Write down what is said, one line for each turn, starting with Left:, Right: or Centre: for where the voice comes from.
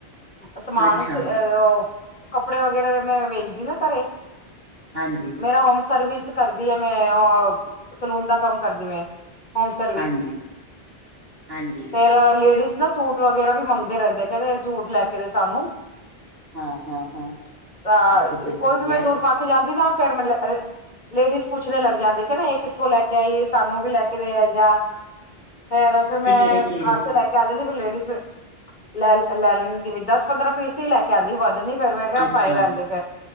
Left: ਸਮਾਨ
Right: ਅੱਛਾ,
Left: ਸੀ ਉਹ ਕੱਪੜੇ ਵਗੈਰਾ, ਮੈਂ ਵੇਚਦੀ ਦਾ ਘਰੇ।
Right: ਹਾਂਜੀ।
Left: ਮੇਰਾ ਹੋਮ ਸਰਵਿਸ ਕਰਦੀ ਹੈ, ਮੈਂ ਹ ਸਲੂਨ ਦਾ ਕੰਮ ਕਰਦੀ ਮੈਂ। ਹੋਮ ਸਰਵਿਸ
Right: ਹਾਂਜੀ ਹਾਂਜੀ।
Left: ਫੇਰ ਲੇਡੀਜ਼ ਨਾ ਸੂਟ ਵਗੈਰਾ ਵੀ ਮੰਗਦੇ ਰਹਿੰਦੇ ਕਹਿੰਦੇ, ਸੂਟ ਲੈ ਕੇ ਦੇ ਸਾਨੂੰ।
Right: ਹਾਂ, ਹਾਂ, ਹਾਂ।
Left: ਤਾਂ,
Right: ਫਿਰ ਤੇ
Left: ਕੋਈ
Right: ਵਧੀਆ
Left: ਵੀ ਮੈਂ
Right: ਹੈ।
Left: ਸਟ ਪਾ ਕੇ ਜਾਂਦੀ ਨਾ ਫੇਰ ਮਤਲਬ ਲੇਡੀਜ ਪੁੱਛਦੇ ਲੱਗ ਜਾਂਦੇ, ਕਹਿੰਦੇ ਇਹ ਕਿੱਥੋਂ ਲੈ ਕੇ ਆਈ ਸਾਨੂੰ ਵੀ ਲੈ ਕੇ ਜਾਂ। ਫੇਰ ਫੇਰ ਮੈਂ
Right: ਤੇ ਕਿਹੜੇ-ਕਿਹੜੇ?
Left: ਖਾਸੇ ਲੈ ਕੇ ਆ ਜਾਂਦੀ, ਫੇਰ ਲੇਡੀਜ਼ ਲੈ ਲੈ ਲੈਂਦੀ ਵੀ ਦਸ-ਪੰਦਰਾਂ ਪੀਸ ਹੀ ਲੈ। ਕਹਿੰਦੀ ਵਾ। ਨੀ ਫੇਰ ਮੈਂ ਕਿਹਾ
Right: ਅੱਛਾ,
Left: ਭਾਈ ਰਹਿੰਦੇ ਫੇਰ,